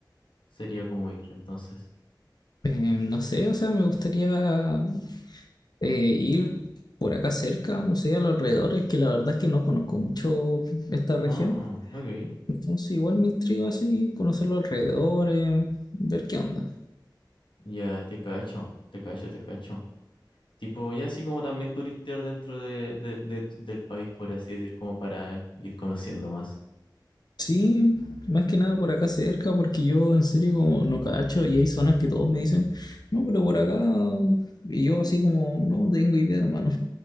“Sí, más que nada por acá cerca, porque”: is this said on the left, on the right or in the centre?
Left